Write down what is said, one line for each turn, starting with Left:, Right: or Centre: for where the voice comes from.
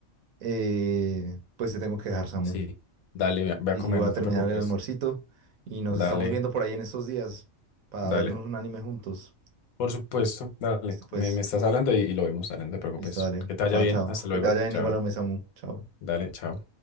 Right: eh, pues te tengo que dejar, Samu.
Left: Sí. Dale, ve ve
Right: Sí,
Left: a comer,
Right: sí, voy
Left: no
Right: a terminar
Left: te preocupes.
Right: el almuercito y nos estamos
Left: Dale,
Right: viendo por ahí en estos días para
Left: dale.
Right: vernos un anime juntos.
Left: Por supuesto, dale.
Right: Listo, pues.
Left: Me, me estás hablando y, y lo vemos, dale, no te preocupes.
Right: Listo, dale.
Left: Que te vaya
Right: Chao,
Left: bien,
Right: chao.
Left: hasta luego.
Right: Que te vaya bien
Left: Chao.
Right: igual a Samu. Chao.
Left: Dale, chao.